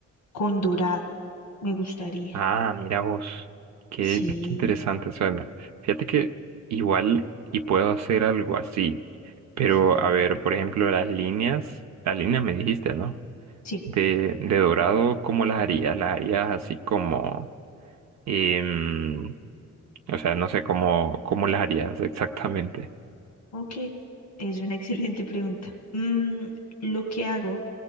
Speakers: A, on the left (about 85°); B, on the right (about 65°).
A: con dorado. Me gustaría.
B: Ah, mira vos. Qué,
A: Sí.
B: <laughs> qué interesante suena. Fíjate que igual y puedo hacer algo así. Pero,
A: ujú,
B: a ver, por ejemplo, las líneas, las líneas me dijiste, ¿no?
A: Sí.
B: De, de dorado, ¿cómo las harías? ¿Las harías así como... Y, mm, o sea, no sé cómo, cómo las harías exactamente.
A: Ok. Es una <laughs> excelente pregunta. Mm, lo que hago.